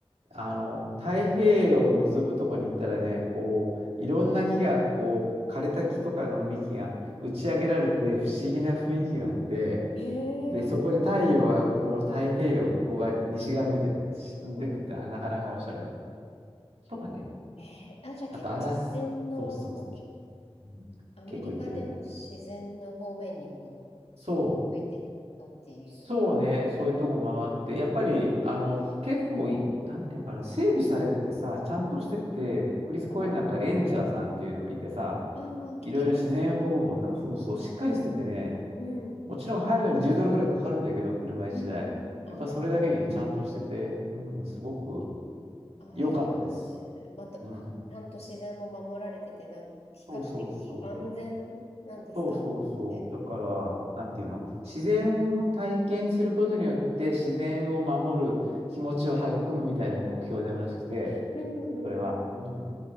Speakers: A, on the right (about 85°); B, on the left (about 80°).
A: あの、太平洋を望むとこに行ったらね、こう、いろんな木が、こう、枯れた木とかの幹が打ち上げられて不思議な雰囲気があって、
B: へ
A: で、そこで太陽がこう、
B: え。
A: 太平洋向こう側、西側向いてるから沈んでくって、
B: うんうんうん
A: あなかなかおしゃれだった。とかね。
B: えー、あ、じゃあ結構自然の、
A: あと、アラス、そうそう、うん、
B: アメリカでも自然の方面にこう、
A: 結構行ってる。そう。
B: 入ってったっていう。
A: そうね、そういうとこ回って、やっぱり、あの、結構い、なんていうのかな、整備されててさ、ちゃんとしてて、国立公園なんかレンジャーさんっていうのもいてさ、
B: お、あー、まあ聞きます。
A: いろいろ自然保護もさ、そうそう、しっかりしててね、
B: うん。うん
A: もちろん入るのに10ドルぐらいかかるんだけど、車1台。
B: うんうん。あー
A: やっぱそれだけにちゃんとしてて、うん、すごく
B: あ、
A: 良かったです。
B: いいね。えーまた、
A: うん。
B: ちゃんと自然も守られてて、なん、比較的安全なんですかね。
A: そうそうそう。そうそうそう。だから、なんていうの自然を体験することによって自然を守る気持ちを育むみたいなのが目標になるらしくて、
B: うんうん。
A: それは。うん。